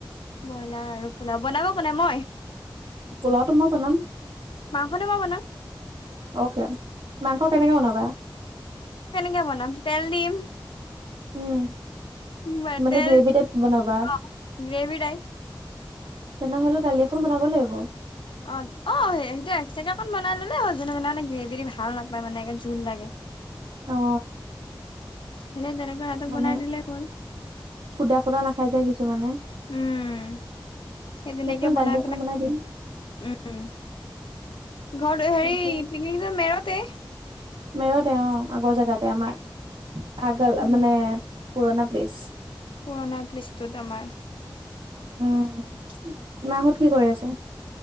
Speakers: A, on the left; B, on the right.
A: ব্ৰইলাৰ আৰু পোলাও বনাব কোনে মই?
B: পোলাওটো মই বনাম।
A: মাংসটো মই বনাম।
B: অ'কে। মাংস কেনেকে বনাবা?
A: কে বনাম তেল দিম।
B: উম
A: মেটেল
B: মানে গ্ৰেভি টাইপ বনাবা
A: অ', গ্ৰেভি টাইপ।
B: তেনেহ'লে দালি এখন বনাব লাগিব।
A: অ', অ', সে-সেইটো এস্কট্ৰাকে অকন বনাই ল'লে হ'ল জোনে জোনে মানে গ্ৰেভিটো ভাল নাপায় মানে, জোল লাগে।
B: অ
A: তেনে তেনেকৈ সিহঁতক
B: মানে
A: বনাই দিলে হ'ল
B: সুদা সুদা নাখাই যে কিছুমানে।
A: উম', সেই তেনেকে
B: তেতিয়াহলে
A: বনাই
B: দালি এখন
A: পেলাই <unintelligible>
B: দিম
A: উম'। উম', ঘৰটো হেৰি
B: তাকে
A: পিকনিকটো মেৰতে?
B: মেৰতে অ আগৰ জেগাতে আমাৰ আগল
A: উম
B: মানে পুৰণা প্লেছ
A: পুৰণা প্লেচটোত আমাৰ
B: উম মাহত কি কৰি আছে